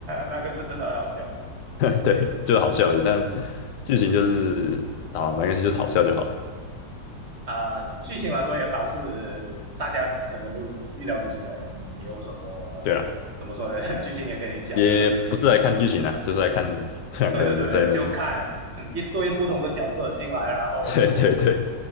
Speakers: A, on the right (about 40°); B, on the left (about 75°).
A: 那个是真的很好笑，
B: <laughs> 对，就是好笑而已，
A: 嗯。
B: 但剧情就是啊，没关系，就是好笑就好了。
A: 啊、呃剧情来说也导致大家可能都预料之中了，也没有什么
B: 对啦，
A: 怎么说呢？<laughs> 剧情也可以讲，
B: 也不是来看剧情啊，
A: 就是嗯，
B: 就是来看这两个人在那边，
A: 对对对对，就看嗯一堆不同的角色进来，
B: <laughs>
A: 然后就
B: 对对对，